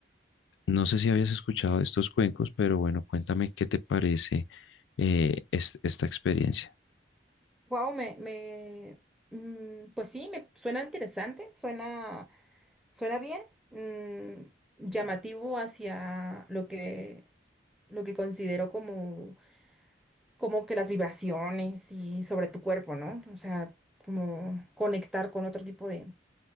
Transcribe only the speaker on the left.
No sé si habías escuchado de estos cuencos, pero bueno, cuéntame qué te parece eh, es- esta experiencia.